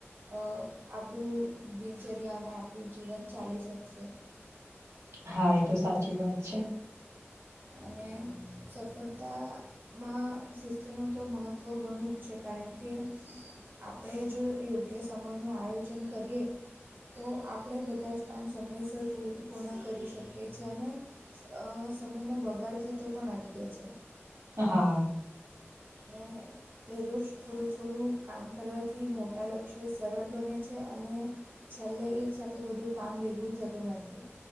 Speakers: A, on the right; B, on the right.
A: અ આપણું દિનચર્યા અને આપણું જીવન ચાલી શકશે.
B: હા એ તો સાચી વાત છે.
A: અને સફળતા માં શિસ્તનું તો મહત્ત્વ ઘણું જ છે કારણ કે આપણે જો યોગ્ય સમયનું આયોજન કરીએ. તો આપડે બધા જ કામ સમયસર પૂ પૂર્ણ કરી શકીએ છે અને અ સમયનો બગાડ થતો પણ અટકે છે.
B: હા.
A: ને દરરોજ થોડું થોડું કામ કરવાથી મોટા લક્ષ્યો સરળ બને છે અને છેલ્લે એક સાથે બધું કામ ભેગું થતું નથી,